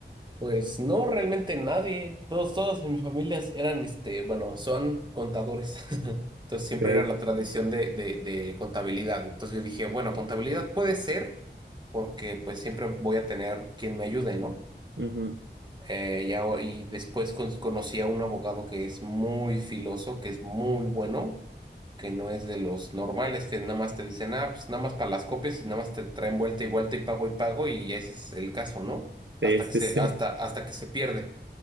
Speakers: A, on the right; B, on the right.
A: Pues no, realmente nadie. Todos, todos en mis familias eran, este, bueno, son contadores. <laughs> Entonces siempre
B: Ok,
A: era la tradición de, de, de contabilidad. Entonces yo dije, bueno, contabilidad puede ser porque pues siempre voy a tener quien me ayude, ¿no?
B: Ujú.
A: Eh, ya, o- y después con- conocí a un abogado que es muy filoso, que es muy bueno, que no es de los normales, que nada más te dicen, ah, pues nada más para las copias y nada más te traen vuelta y vuelta y pago y pago y ese es el caso, ¿no?
B: Sí,
A: Hasta
B: sí,
A: que se,
B: sí.
A: hasta, hasta que se pierde.